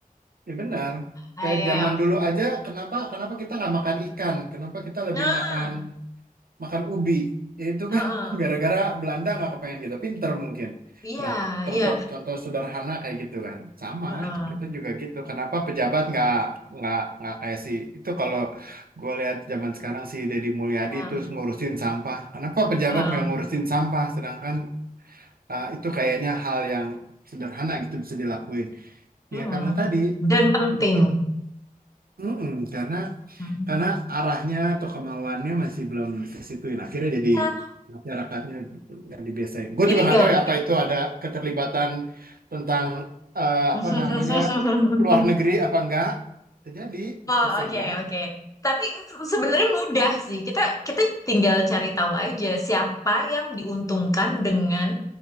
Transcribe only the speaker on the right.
Ya benar.
Kayak zaman dulu aja, kenapa kenapa kita nggak makan ikan? Kenapa kita lebih
makan makan ubi? Ya itu
kan <laughs> gara-gara Belanda nggak kepengen kita pinter mungkin.
Nah, contoh
contoh sederhana kayak gitu kan. Sama,
kita juga gitu. Kenapa pejabat nggak nggak nggak kayak si itu kalau gue lihat zaman sekarang si Deddy Mulyadi
itu ngurusin sampah. Kenapa pejabat
nggak ngurusin sampah? Sedangkan eh, itu kayaknya hal yang sederhana gitu bisa dilakuin.
Ya karena tadi
mungkin Mm-mm, karena
karena arahnya atau kemauannya masih belum kesituin. Akhirnya jadi
masyarakatnya yang dibiasain. Gue
juga nggak
tahu ya apa itu ada keterlibatan tentang eh,
apa namanya luar negeri apa enggak. Terjadi
bisa
enggak.